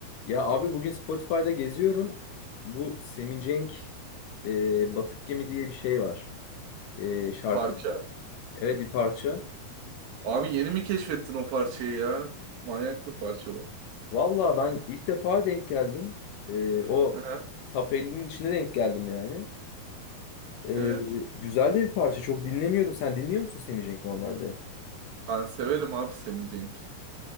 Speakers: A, on the left; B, on the right.
A: Ya abi bugün Spotify'da geziyorum. Bu Semi Cenk e, Batık Gemi diye bir şey var. E, şarkı.
B: Parça.
A: Evet bir parça.
B: Abi yeni mi keşfettin o parçayı ya? Manyak bir parça o.
A: Valla ben ilk defa denk geldim. E, o
B: Aha,
A: Top 50'nin içine denk geldim yani. E,
B: evet.
A: güzel de bir parça. Çok dinlemiyordum. Sen dinliyor musun Semi Cenk normalde?
B: Ben severim abi Sammy Cenk.